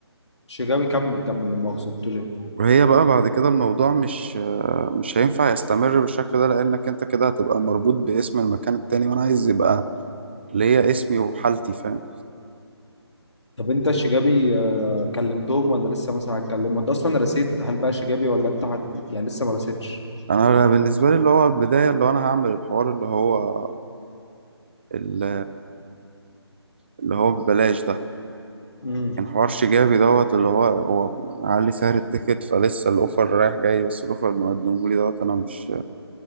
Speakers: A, on the left; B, on the right.
A: شجابي كمل كمل لما اقصد بتقول ايه
B: وهي بقى بعد كده الموضوع مش آه، مش هينفع يستمر بالشكل ده لأنك أنت كده هتبقى مربوط باسم المكان التاني وأنا عايز يبقى ليا اسمي وحالتي فاهم
A: طب انت شجابي آه، كلمتهم ولا لسه مثلا هتكلمهم انت اصلا رسيت هل بقى شجابي ولا انت هت... يعني لسه ما رسيتش
B: أنا بالنسبة لي اللي هو البداية اللي هو أنا هعمل الحوار اللي هو ال- اللي هو ببلاش ده
A: امم
B: كان حوار شجابي دوت اللي هو هو معلي سعر التيكت فلسه الاوفر رايح جاي بس الاوفر اللي مقدمه لي دوت انا مش